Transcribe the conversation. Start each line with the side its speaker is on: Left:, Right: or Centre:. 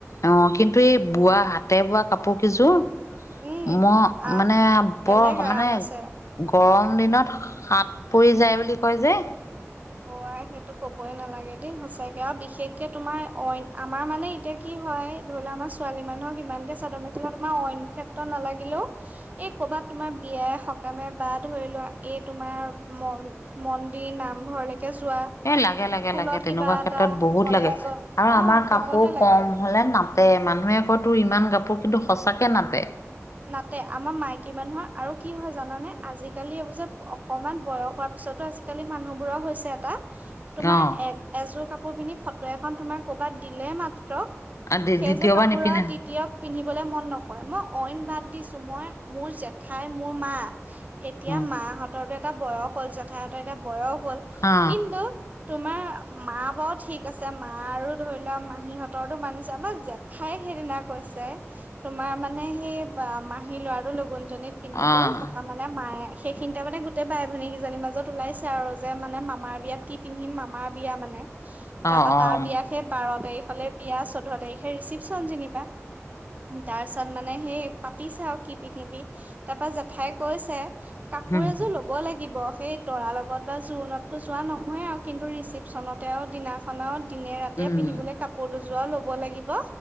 Left: অ'! কিন্তু, এই বোৱা, হাতে বোৱা কাপোৰ কেইযোৰ,
Right: উম
Left: মই
Right: আহ
Left: মানে,
Right: বেলেগ
Left: বৰ মানে,
Right: আৰাম আছে
Left: গৰম দিনত হাত পৰি যায়, বুলি কয় যে!
Right: অ'! আই, সেইটো ক'বই নালাগে দেই। সঁচাকে আৰু বিশেষকে তোমাৰ, অইন, আমাৰ মানে, এতিয়া কি, হয়, ধৰি লোৱা আমাৰ ছোৱালী মানুহক ইমান কে চাদৰ মেখেলা তোমাৰ অইন ক্ষেত্ৰত নালাগিলেও এই ক'ৰবাত তোমাৰ বিয়াই সকামে বা ধৰি লোৱা এই তোমাৰ ম মন্দিৰ নামঘৰলৈকে যোৱা
Left: এই লাগে লাগে
Right: স্কুলত
Left: লাগে তেনেকুৱা
Right: কিবা এটা
Left: ক্ষেত্ৰত বহুত
Right: কলেজত
Left: লাগে আৰু
Right: অ
Left: আমাৰ কাপোৰ
Right: সেইবোৰতে
Left: কম
Right: লাগে
Left: হ'লে না টে, মানুহে কয় তোৰ ইমান কাপোৰ কিন্তু সঁচাকে নাটে।
Right: নাতে আমাৰ মাইকী মানুহৰ আৰু কি হয় জানানে, আজিকালি এইবোৰ যে অকমান বয়স হোৱা পিছ পিছতো আজিকালি মানুহ বোৰৰ হৈছে এটা তোমাৰ
Left: অ
Right: এ এযোৰ কাপোৰ পিন্ধি ফটো এখন তোমাৰ ক'ৰবাত দিলে মাত্ৰ
Left: দ্বিতীয়বাৰ
Right: সেই যোৰ কাপোৰ
Left: নিপিন্ধে
Right: আৰু দ্বিতীয় পিন্ধি বলে মন নকৰে, মই অইন বাদ দিছোঁ, মই মোৰ জেঠাই মোৰ মা এতিয়া
Left: উম
Right: মাহঁতৰো এটা বয়স হ'ল, জেঠাই হতৰ এটা বয়স হ'ল।
Left: হা
Right: কিন্তু, তোমাৰ মা বাৰু ঠিক আছে মা আৰু ধৰি লোৱা মাহীহঁতৰো তোৰ মানিছোঁ, আমাৰ জেঠাই সেইদিনা কৈছে তোমাৰ মানে সেই বা মাহী ল'ৰাটো লগুন জনীত পিন্ধি
Left: অ',
Right: গ'ল তাৰপাৰ মানে মায়ে সেইখিনিতে মানে গোটেই বাই ভনীকেইজনীৰ মাজত ওলাইছে আৰু যে মানে মামাৰ বিয়াত কি পিন্ধিম, মামাৰ বিয়া মানে। তাৰপাৰ
Left: অ', অ',
Right: তাৰ বিয়া সেই বাৰৰ তাৰিখ ফলে বিয়া চৈধ্য তাৰিখে ৰিচিপচন যেনিবা, তাৰ পিছত মানে সেই পাতিছে আৰু কি পিন্ধিবি তাৰপাৰ জেঠাই কৈছে কাপোৰ
Left: উম,
Right: এযোৰৰ ল'ব লাগিব। সেই দৰাৰ লগত বা জোৰোণততো যোৱা নহয়েই আৰু কিন্তু ৰিচেপচনতে আৰু দিনাখন আহ দিনে ৰাতিয়ে
Left: উম,
Right: পিন্ধিবলে কাপোৰ দুযোৱা ল'ব লাগিব।